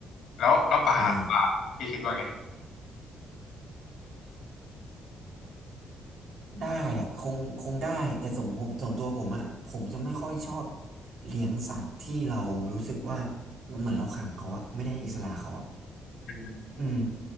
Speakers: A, on the left; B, on the right.
A: แล้วแล้วป่าล่ะป่าพี่คิดว่าไง
B: อ่า ได้อะคงคงได้แต่สมผมส่วนตัวผมอะผมจะไม่ค่อยชอบเลี้ยงสัตว์ที่เรารู้สึกว่าเหมือนเราขังเขาอะไม่ได้ให้อิสระเขาอะ
A: อืม
B: อืม